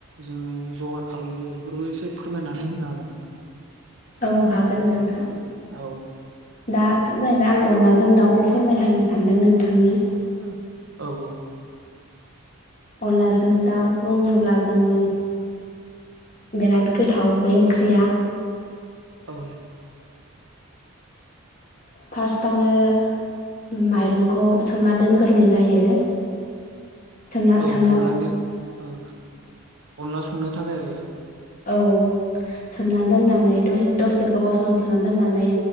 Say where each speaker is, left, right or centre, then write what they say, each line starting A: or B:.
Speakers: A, on the right; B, on the left.
A: जोङो जगार खालामो बेबो एसे फोरमायनानै होनो हागोन नामा
B: औ हागोन नोंथां
A: औ
B: दाथ' जाहैबाय आं अनला जों दाउखौ फोरमायना होनो सानदों नोंथांनि
A: ओ औ औ
B: अनलाजों दाउ बुङोब्ला जोंनि बेराद गोथाव बे ओंख्रिया
A: औ
B: फार्स्टआवनो माइरंखौ सोमना दोनग्रोनाय जायो सोमना
A: औ
B: सोमना
A: अनलानि औ अनला संनो थाखाय
B: औ सोमनानै दोननानै दसे दसे गोबाव सम सोमनानै दोननानै